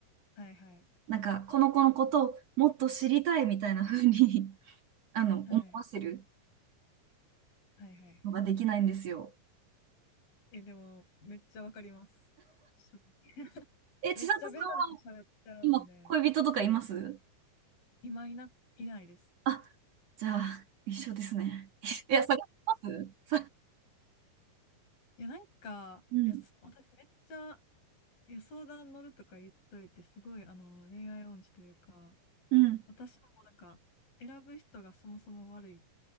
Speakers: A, on the left (about 80°); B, on the right (about 50°).
A: はいはい。
B: なんか、この子のことをもっと知りたいみたいな風に <laughs> あの、
A: はい。
B: 思わせる
A: はいはい。
B: のができないんですよ。
A: え、でも、めっちゃわかります。正直 <laughs>
B: え、
A: めっちゃベラベラ喋っちゃうんで、
B: 千里さんは、今、恋人とかいます
A: 今いな、いないです。
B: あ、じゃあ、一緒ですね。<laughs> いや、探しますさ、
A: いや、なんか、
B: うん、
A: いや、そ私めっちゃ、いや、相談乗るとか言っといて、すごい、あの、恋愛音痴というか、
B: うん、
A: 私もなんか、選ぶ人がそもそも悪いっ